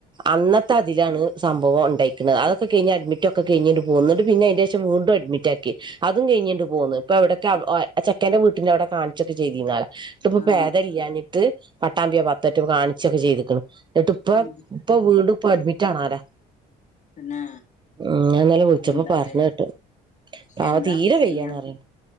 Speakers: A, on the right; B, on the left.
A: അന്നത്തെ അതിലാണ് സംഭവം ഉണ്ടായിക്കുന്നത്. അതൊക്കെ കഴിഞ് അഡ്മിറ്റൊക്കെ കഴിഞ്ഞിപോകുന്നുപിന്നെ അതിനു ശേഷംവീണ്ടും അഡ്മിറ്റാക്കി. അതും കഴിഞ്ഞിട്ട് പോന്നു. ഇപ്പൊ അവിടെക്കെ ചെക്കന്റെ വീട്ടിന്റെ അവിടെ കാണിച്ചൊട്ട് ചെയ്തിരന്നാല നിട്ട് ഇപ്പൊ
B: ആഹ്
A: ഭേദം ഇല്ലാഞ്ഞിട്ട് പട്ടാമ്പി അ ഭാഗത്തൊക്കെ കാണിച്ചൊക്കെ ചെയ്തിക്കണ്. എന്നട്ട് ഇപ്പ
B: ഉം
A: ഇപ്പൊ വീണ്ടും ഇപ്പ അഡ്മിറ്റ് ആല്ലേ?
B: പിന്നെ
A: ഉം. ഞാനിന്നലെ വിളിച്ചപ്പം
B: എന്താലേ
A: പറഞ്ഞ് കേട്ട്. പാവം
B: എന്താപ്പ
A: തീരെ
B: ചെയ്യാ
A: വയ്യാന്ന് പറഞ്ഞ്.